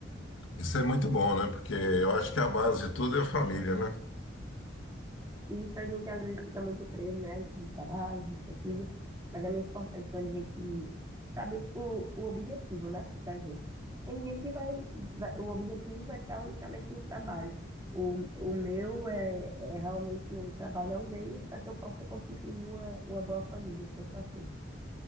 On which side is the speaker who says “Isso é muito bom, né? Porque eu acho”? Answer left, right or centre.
Left